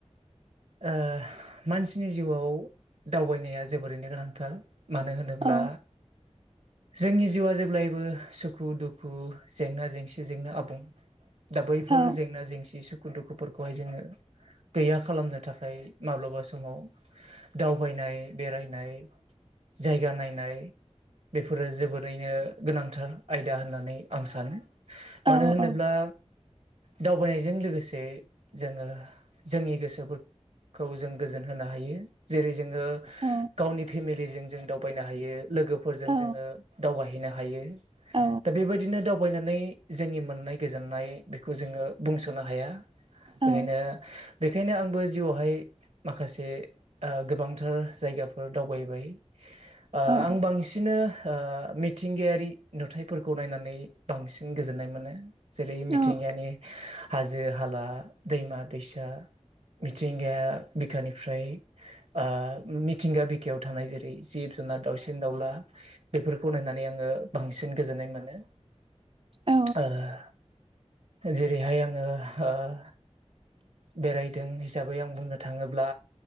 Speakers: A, on the right; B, on the right.
A: ओह मानसिनि जिउआव दावबायनाया जोबोरैनो गोनांथार। मानो होनोब्ला
B: औ
A: जोंनि जिउआ जेब्लायबो सुखु-दुखु, जेंना-जेंसिजोंनो आबुं। दा बैफोर
B: औ
A: जेंना जेंसि सुख दुखुफोरखौहाय जोङो गैया खालामनो थाखाय माब्लाबा समाव दावबायनाय बेराय नाय जायगा नायनाय बेफोरो जोबोरैनो गोनांथार आय दा होननानै आं सानो। मानो
B: औ
A: होनोब्ला
B: औ
A: दावबायनायजों लोगोसे जोङो जोंनि गोसोफोर खौ जों गोजोन होनो हायो। जेरै जोङो
B: औ
A: गावनि फेमिलिजों जों दावबायनो हायो। लोगोफोरजों
B: औ
A: जोङो दावबायहैनो हायो
B: औ
A: दा बेबायदिनो दावबायनानै जोंनि मोननाय गोजोननाय बेखौ जोङो बुंस'नो हाया। बेखायनो
B: औ
A: बेखायनो आंबो जिउआवहाय माखासे ओह गोबांथार जायगाफोर दावबायबाय। ओह
B: औ
A: आं बांसिनो ओह मिथिंगायारि नुथायफोरखौ नायनानै बांसिन गोजोननाय मोनो। जे
B: औ
A: मिथिंगानि हाजो-हाला, दैमा-दैसा मिथिंगाया बिखानिफ्राय ओह मिथिंगा बिखायाव थानाय जेरै जिब जुनाद, दाउसिन-दाउला बेफोरखौ नायनानै आङो बांसिन गोजोननाय मोनो।
B: औ
A: ओह जेरैहाय आङो ओह बेरायदों हिसाबै आं बुंनो थाङोब्ला